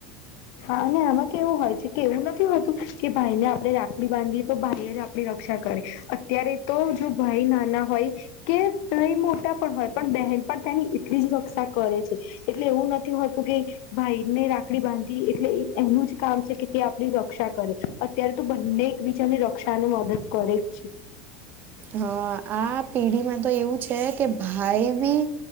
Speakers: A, on the left; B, on the right.
A: હા અને આમાં કેવું હોય છે કે એવું નથી હોતું કે ભાઈને આપણે રાખડી બાંધીએ તો ભાઈ જ આપણી રક્ષા કરે અત્યારે તો જો ભાઈ નાના હોય કે ભઈ મોટા પણ હોય પણ બહેન પણ તેની એટલી જ રક્ષા કરે છે એટલે એવું નથી હોતું કે ભાઈ ને રાખડી બાંધ એટલે એનું જ કામ છે કે તે આપણી રક્ષા કરે અત્યારે તો બંને એક બીજાની રક્ષા અને મદદ કરુ જ છ ઉ
B: હ આ પેઢીમાં તો એવું છે કે ભાઈ બી